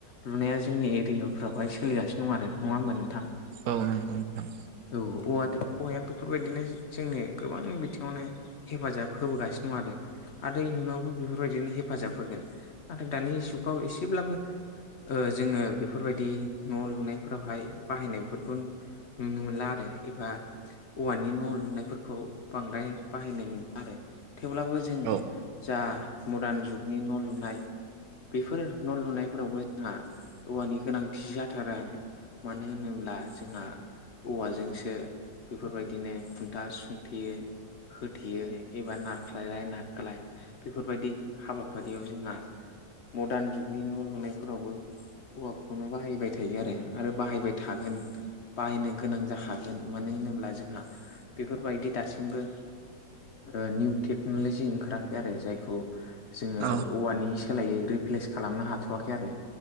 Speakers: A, on the left; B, on the right.
A: लुनाया जोंनि एरियाफ्रावहाय सोलिगासिनो दं आरो नङा होमबा नोंथां।
B: औ नंगौ नोंथां।
A: औ औवा औवाया बेफोरबादिनो जोंनि गोबां बिथिङावनो हेफाजाब होबोगासिनो दं आरो। आरो इयुनावबो बेफोरबायदिनो हेफाजाब होगोन नाथाय दानि जुगाव एसेब्लाबो। जोङो बेफोरबादि न' लुनायफोरावहाय बाहायनायफोरखौ। नुनो मोनला आरो एबा औवानि न' लुनायफोरखौ बांद्राय बाहायनाय नु आरो थेवब्लाबो जों
B: औ
A: जा मडार्न जुगनि न' लुनाय बेफोर न' लुनाय सुनायफोरावबो जोंहा औवानि गोनांथि जाथारो आरो मानो होनोब्ला जोंहा। औवाजोंसो बेफोरबायदिनो खुन्था सुंथेयो। होथेयो एबा नारख्लायलाय नारखोलाय बेफोरबादि हाबाफारियाव जोंहा मडार्न जुगनि न' लुनायफोरावबो औवाखौनो बाहायबाय थायो आरो आरो बाहायबाय थागोन। बाहायनो गोनां जाखागोन मानो होनोब्ला जोंहा बेफोरबायदि दासिमबो। ओ निउ टेक्नलजि ओंखाराखै आरो जायखौ जोङो
B: औ
A: औवानि सोलायै रिप्लेस खालामनो हाथवाखै आरो।